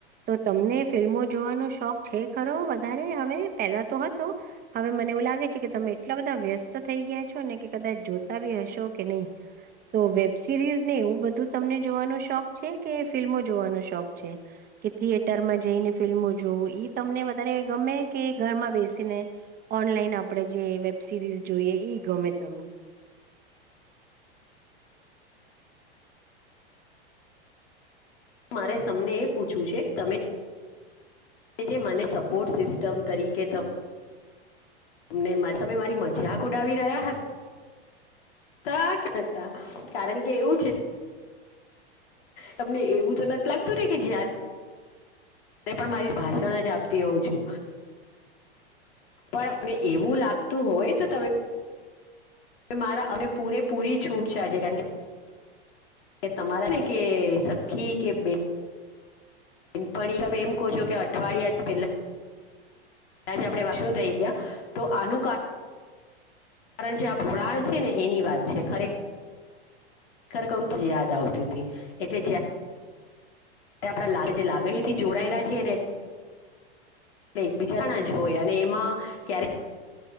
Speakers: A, on the right; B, on the left.
A: તો તમને ફિલ્મો જોવાનો શોખ છે, ખરો વધારે હવે પેલા તો હતો. હવે મને એવું લાગે છે કે તમે એટલા બધા વ્યસ્ત થઈ ગયા છો ને કે કદાચ જોતા બી હશો કે નહી તો વેબ સિરીઝ ને એવું બધું તમને જોવાનો શોખ છે કે ફિલ્મો જોવાનો શોખ છે. કે થિયેટરમાં જઈને ફિલ્મો જોવ તમને વધારે ગમે કે ઘરમાં બેસીને ઓનલાઈન આપડણે જે વેબ સિરીઝ જોઈએ ઈ ગમે તમને
B: મારે તમને એ પૂછવું છે, તમે જે મને સપોર્ટ સિસ્ટમ તરીકે તને તમે મારી મજાક ઉડાવી રહ્યા હતા. તતા કારણ કે એવું છે. તમને એવું તો નથી લાગતું ને કે જ પણ મારી ભાષણ જ આપતી હોઉં છુ. પણ એને એવું લાગતું હોય તો તમે મારા અમે પૂરે પૂરી છૂટ છે આજે ગંધી કે તમારા ને કે સખી કે બે પ તમે એમ કહો છો કે અઠવાડિયાથી પેલા આપણે વાસ થઈ ગયા તો આનું કાર કારણ કે આ ફૂળણ છે ને એની વાત છે, ખરેખ ખર કહું જ યાદ આવતી હતી એટલે જ આપડા જે લાગણી થી જોડાયેલા છીએ, ને એ એકબીજાણા જ હોય, અને એમાં ક્યારેક